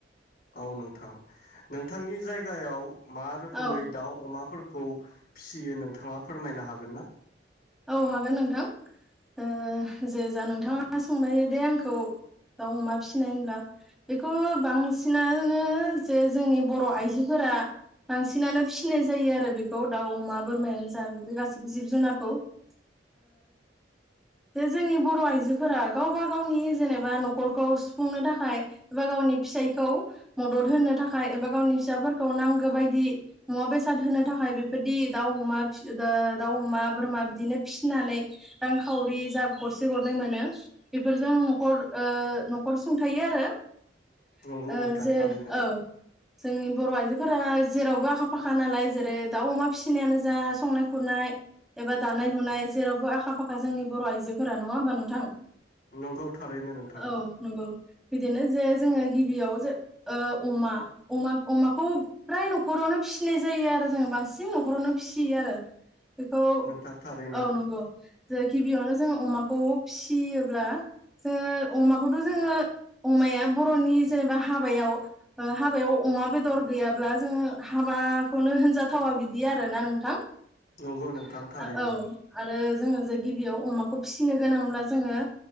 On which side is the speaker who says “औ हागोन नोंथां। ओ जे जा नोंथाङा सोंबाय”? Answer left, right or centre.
Centre